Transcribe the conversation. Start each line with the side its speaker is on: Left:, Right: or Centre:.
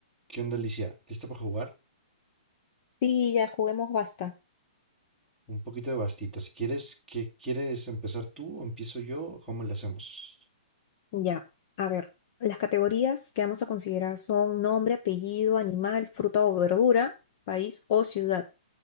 Centre: ¿Qué onda, Alicia? ¿Lista para jugar?
Left: Sí, ya juguemos basta.
Centre: Un poquito de bastita. Si quieres, ¿qué quieres empezar tú o empiezo yo? ¿Cómo le hacemos?
Left: Ya, a ver, las categorías que vamos a considerar son nombre, apellido, animal, fruta o verdura, país o ciudad.